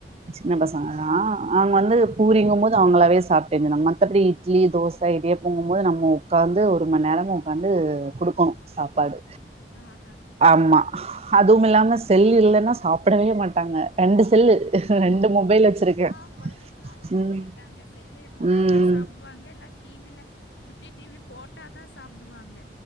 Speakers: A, on the right; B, on the left.
A: சின்ன
B: ஓ
A: பசங்கதா
B: சேரி சேரி
A: அவங்க வந்து பூரிங்க
B: ஆ ஆ
A: போது அவங்களாவே சாப்டேங்ளா மத்தபடி இட்லி தோச இடியாப்பங்க போது நம்ம உக்காந்து ஒரு மண் நேரோ வந்து குடுக்கணு சாப்பாடு
B: ஆஹா
A: ஆமா
B: ஆ
A: அதுவுமில்லாம செல்லு இல்லனா சாப்புடவே மாட்டாங்க ரெண்டு செல்லு
B: ஐயோ
A: ரெண்டு மொபைல்
B: இப்போ
A: வச்சிருக்கே
B: எல்லா கொழந்தைங்ளு அது பழகிட்டாங்க
A: ம்
B: செல்லு இருந்தாதா
A: ம்
B: சாப்டுவ இப்ப அங்க இல்ல டிவில சுட்டி டிவி போட்டாதா சாப்டுவாங்க